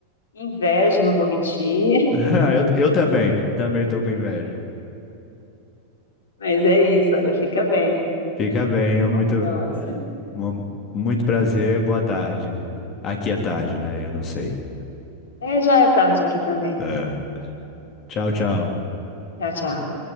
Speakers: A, on the left (about 65°); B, on the left (about 35°).
A: Invejo, não vou mentir.
B: <laughs> Eu, eu também, também tô com inveja.
A: <laughs> Mas é isso, olha, fica bem.
B: Fica bem, é muito,
A: Até a próxima.
B: mu- muito prazer, boa tarde. Aqui é tarde, né? Eu não sei.
A: É, já é tarde aqui também.
B: Ah, tchau, tchau.
A: Tchau, tchau.